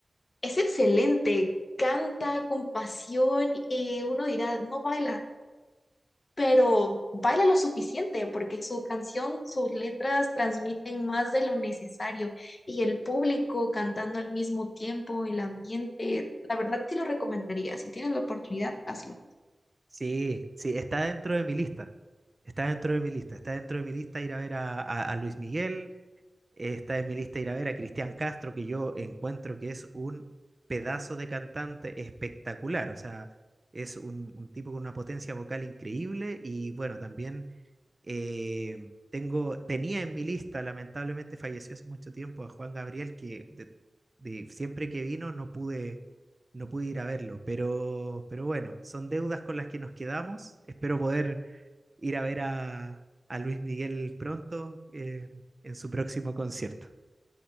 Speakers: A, on the left; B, on the right.
A: es excelente, canta con pasión y uno dirá, no baila, pero baila lo suficiente porque su canción, sus letras transmiten más de lo necesario y el público cantando al mismo tiempo, el ambiente, la verdad sí lo recomendaría, si tienes la oportunidad, hazlo.
B: Sí, sí, está dentro de mi lista. Está dentro de mi lista. Está dentro de mi lista ir a ver a, a- a Luis Miguel, Eh, Está en mi lista ir a ver a Cristian Castro, que yo encuentro que es un pedazo de cantante espectacular. O sea, es un, un tipo con una potencia vocal increíble. Y bueno, también eh, tengo, tenía en mi lista, lamentablemente falleció hace mucho tiempo, a Juan Gabriel, que de- de- siempre que vino no pude, no pude ir a verlo. Pero, pero bueno, son deudas con las que nos quedamos. Espero poder ir a ver a, a Luis Miguel pronto. eh, en su próximo concierto.